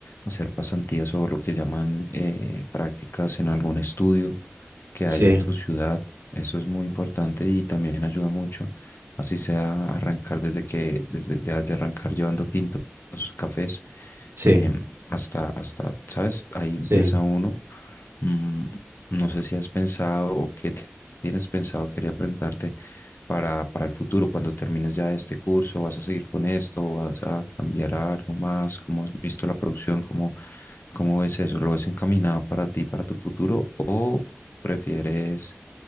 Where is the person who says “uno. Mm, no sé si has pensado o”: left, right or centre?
Left